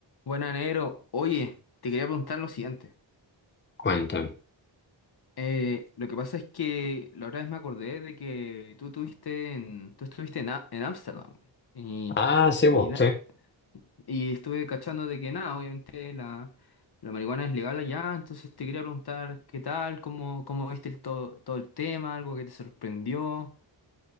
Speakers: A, on the left; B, on the left.
A: Buena, negro. Oye, te quería preguntar lo siguiente.
B: Cuéntame.
A: Eh, lo que pasa es que la otra vez me acordé de que tú tuviste en, tú estuviste en A- en Ámsterdam. Y,
B: Ah, sí, vos,
A: y, na-
B: sí.
A: y estuve cachando de que nada, obviamente la, la marihuana es legal allá, entonces te quería preguntar qué tal, cómo, cómo viste el todo, todo el tema, algo que te sorprendió.